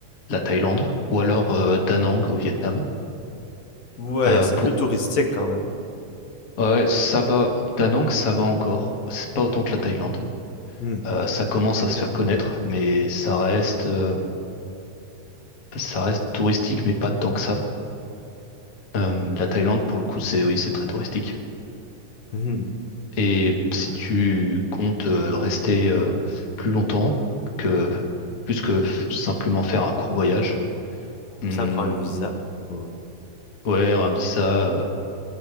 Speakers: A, on the left (about 40°); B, on the left (about 65°).
A: la Thaïlande ou alors euh, Da Nang au Vietnam.
B: Ouais,
A: Euh,
B: c'est
A: pour...
B: plus touristique quand même.
A: Ouais, ça va. Da Nang, ça va encore. C'est pas autant que la Thaïlande.
B: Hmm.
A: Euh, ça commence à se faire connaître, mais ça reste, euh, ça reste touristique, mais pas tant que ça. Euh, la Thaïlande, pour le coup, c'est oui, c'est très touristique.
B: Mhm.
A: Et si
B: Ouais.
A: tu comptes euh, rester euh, plus longtemps que plus que simplement faire un court voyage, hum,
B: Ça prend un visa. ou-
A: Ouais, un visa, euh,